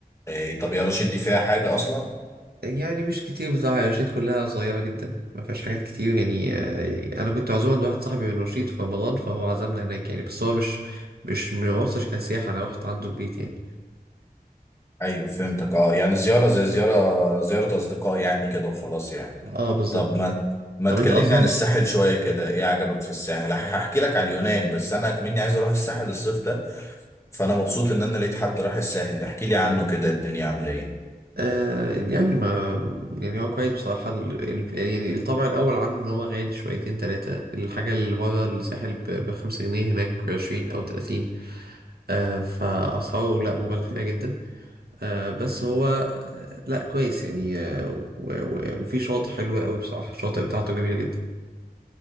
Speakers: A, on the left; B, on the right.
A: إيه طب يا رشيد دي فيها حاجه اصلا
B: يعني مش كتير بصراحة يعني الرشيد كلها صغيرة جدا ما فيهاش حاجات كتير يعني آه، أنا كنت معزوم عند واحد صاحبي من رشيد في رمضان فهو عزمنا هناك يعني بس هو مش مش ما روحتش كسياحة أنا روحت عنده البيت يعني
A: ايوه فهمتك اه يعني زياره زي زياره زياره اصدقاء يعني كده وخلاص يعني
B: اه بالظبط
A: طب ما ما
B: طب
A: تكلمني
B: أنت أصلا
A: عن الساحل شويه كده ايه عجبك في الساحل هح- هحكي لك على اليونان بس انا كمني عايز اروح الساحل الصيف ده فانا مبسوط ان انا لقيت حد راح الساحل احكي لي عنه كده الدنيا عامله ايه
B: آه يعني ما يعني هو كويس بصراحة ال... ال... يعني الطبع الأول عنه إن هو غالي شويتين تلاتة الحاجة اللي بره الساحل ب... بخمسة جنيه هناك بعشرين أو تلاتين آه فأسعاره لأ مبالغ فيها جدا آه بس هو آه لا كويس يعني آه و- و- وفي شاطئ حلو قوي بصراحة الشاطئ بتاعته جميلة جدا